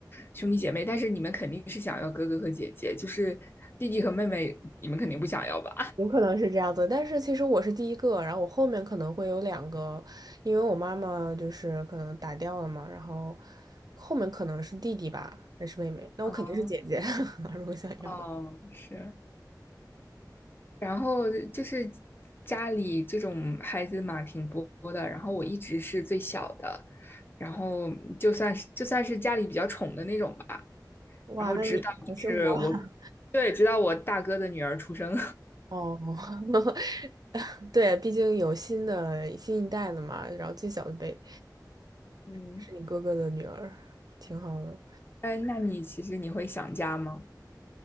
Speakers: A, on the left; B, on the right.
A: 兄弟姐妹，但是你们肯定是想要哥哥和姐姐，就是弟弟和妹妹，你们肯定不想要吧？
B: 有可能是这样子。但是其实我是第一个，然后我后面可能会有两个，因为我妈妈就是可能打掉了嘛，然后后面可能是弟弟吧，还是妹妹？那我肯定是姐姐，
A: <laughs> 哦，
B: <laughs> 如果想要的。
A: 哦，是，然后就是家里这种孩子嘛，挺多的，然后我一直是最小的，然后就算是就算是家里比较宠的那种吧，
B: 哇，
A: 然后直到就是我，
B: 那你好幸福啊！
A: 对，直到我大哥的女儿出生，
B: 哦，<laughs> <laughs> 对，毕竟有新的新一代了嘛，然后最小的辈
A: <laughs> 嗯。
B: 是你哥哥的女儿，挺好的。
A: 哎，那你其实你会想家吗？